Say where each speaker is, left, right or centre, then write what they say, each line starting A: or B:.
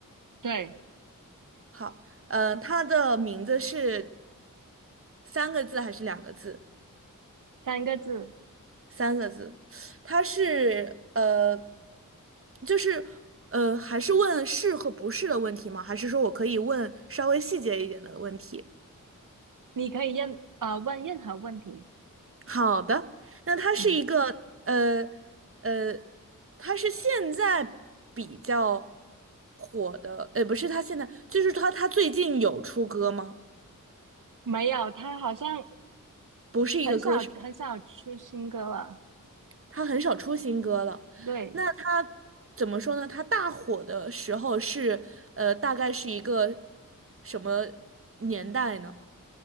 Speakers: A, on the right (about 70°); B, on the right (about 40°).
A: 对，
B: 好，嗯呃，他的名字是三个字还是两个字？
A: 三个字，
B: 三个字，他是呃，就是呃，还是问是和不是的问题吗？还是说我可以问稍微细节一点的问题？
A: 你可以任呃问任何问题。
B: 好的，那它是一个呃
A: 嗯，
B: 呃，它是现在比较火的，呃，不是它现在，就是它它最近有出歌吗？
A: 没有，他好像
B: 不是一个歌手，
A: 很少很少出新歌了。
B: 他很少出新歌了。
A: 对，
B: 那他怎么说呢？他大火的时候是呃，大概是一个什么年代呢？